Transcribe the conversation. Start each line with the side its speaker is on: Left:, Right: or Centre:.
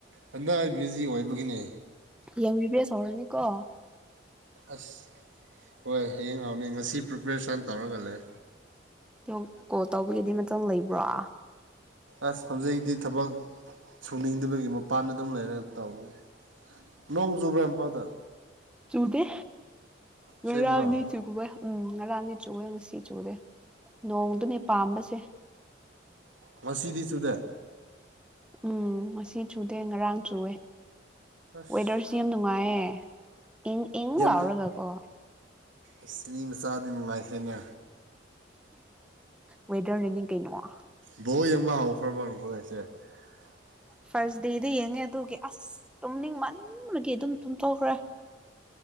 Right: ꯍꯟꯗꯛ ꯑꯩ ꯕꯤꯖꯤ ꯑꯣꯏꯕꯒꯤꯅꯦ
Centre: ꯍꯌꯦꯡ ꯔꯤꯕ꯭ꯔꯦꯁ ꯍꯧꯔꯅꯤꯀꯣ
Right: ꯑꯁ ꯍꯣꯏ ꯍꯌꯦꯡ ꯍꯥꯎꯅꯤ ꯉꯁꯤ ꯄ꯭ꯔꯤꯄꯦꯔꯦꯁꯟ ꯇꯧꯔꯒ ꯂꯩ
Centre: ꯅꯪ ꯀꯣꯜ ꯇꯧꯕꯒꯤꯗꯤ ꯃꯇꯝ ꯂꯩꯕ꯭ꯔꯣ
Right: ꯑꯁ ꯍꯧꯖꯤꯛꯇꯤ ꯊꯕꯛ ꯁꯨꯅꯤꯡꯗꯕꯒꯤ ꯃꯄꯥꯟꯗ ꯑꯗꯨꯝ ꯂꯩꯔꯦ ꯇꯧꯋꯤ ꯅꯣꯡꯖꯨꯕ꯭ꯔ ꯏꯝꯐꯥꯜꯗ
Centre: ꯆꯨꯗꯦ
Right: ꯑꯁꯦꯡꯕ꯭ꯔꯥ
Centre: ꯉꯔꯥꯡꯗꯤ ꯆꯨꯋꯦ ꯎꯝ ꯉꯔꯥꯡꯅꯤ ꯆꯨꯋꯦ ꯉꯁꯤ ꯆꯨꯗꯦ ꯅꯣꯡꯗꯨꯅꯤ ꯄꯥꯝꯕꯁꯦ
Right: ꯉꯁꯤꯗꯤ ꯆꯨꯗꯦ
Centre: ꯎꯝ ꯃꯁꯤ ꯆꯨꯗꯦ ꯉꯔꯥꯡ ꯆꯨꯋꯦ
Right: ꯑꯁ
Centre: ꯋꯦꯗꯔꯁꯤ ꯌꯥꯝ ꯅꯨꯡꯉꯥꯏꯌꯦ ꯏꯡ ꯏꯡ
Right: ꯌꯥꯝ
Centre: ꯂꯥꯎꯔꯒꯀꯣ
Right: ꯑꯁ ꯃꯤ ꯃꯆꯥꯗꯤ ꯅꯨꯡꯉꯥꯏꯈ꯭ꯔꯦꯅꯦ
Centre: ꯋꯦꯗ ꯅꯤꯡ ꯀꯩꯩꯅꯅꯨꯡ
Right: ꯕꯣꯜ <unintelligible>
Centre: ꯐꯥꯔꯁ ꯗꯦꯗ ꯌꯦꯡꯉꯦ ꯑꯗꯨꯒꯤ ꯑꯁ ꯇꯨꯝꯅꯤꯡ ꯃꯟꯕꯒꯤ ꯑꯗꯨꯝ ꯇꯨꯝꯊꯣꯛꯈ꯭ꯔꯦ